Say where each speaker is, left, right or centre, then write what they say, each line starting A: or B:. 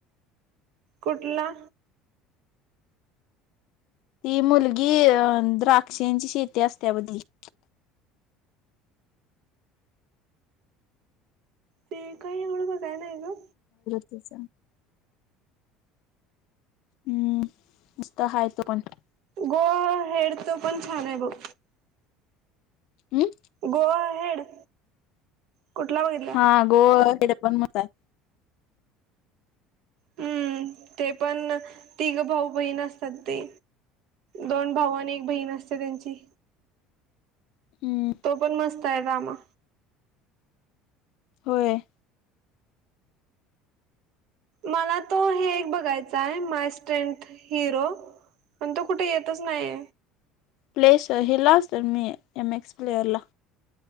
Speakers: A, on the right (about 55°); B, on the left (about 55°).
A: कुठला?
B: ती मुलगी अं द्राक्षांची शेती असते बघ तीची
A: ते काही एवढं बघय नाही ग.
B: <inaudible> हम्म उस्तहाा आहे तो कोण <unintelligible>
A: गोवा हेड तो पण छान आहे बघ.
B: हम्
A: गोवा हेड. कुठला बघितला
B: हा गोवा हे पण मस्त आहे.
A: हम्म ते पण तिघ भाऊ बहीण असतात ते दोन भाऊ आणि एक बहीण असते त्यांची
B: हम्म
A: तो पण मस्त आहे ड्रामा.
B: होय.
A: मला तो हे एक बघायचा हाय माय स्ट्रेथ हिरो. पण तो कुठे येतच नाय
B: प्ले सर हला सर मी एम एक्स प्लेअरला.